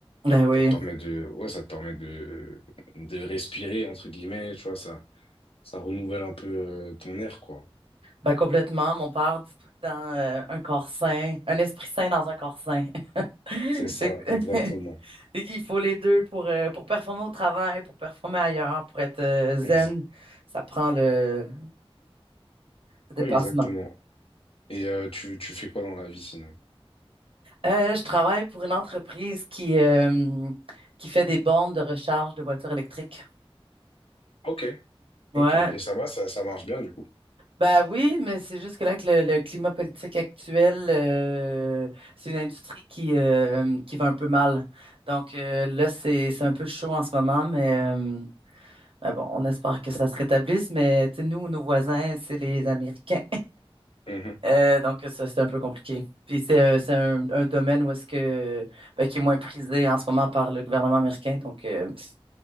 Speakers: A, on the right; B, on the left.
A: Ben oui,
B: ça te permet de, ouais, ça te permet de, de respirer, entre guillemets, tu vois, ça, ça renouvelle un peu euh, ton air, quoi.
A: ben complètement. Mon père dit tout le temps euh, un corps sain, un esprit sain dans un corps sain. <laughs>
B: C'est ça,
A: Fait que-
B: exactement.
A: <laughs> Il faut les deux pour, euh, pour performer au travail, pour performer ailleurs, pour être euh, zen.
B: Ex-
A: Ça prend le, le dépassement.
B: ouais, exactement. Et euh, tu, tu fais quoi dans la vie sinon?
A: Euh, je travaille pour une entreprise qui, euh, qui fait des bornes de recharge de voitures électriques.
B: Ok,
A: Ouais,
B: ok. Et ça va, ça, ça marche bien du coup.
A: Ben oui, mais c'est juste que là, que le, le climat politique actuel, euh, c'est une industrie qui, euh, qui va un peu mal. Donc euh, là, c'est, c'est un peu chaud en ce moment, mais euh, ben bon, on espère que ça se rétablisse. Mais tu sais, nous, nos voisins, c'est les Américains.
B: Mhm.
A: Euh, donc ça, c'est un peu compliqué. Puis c'est euh, c'est un, un domaine où est-ce que, ben, qui est moins prisé en ce moment par le gouvernement américain. Donc euh, pff,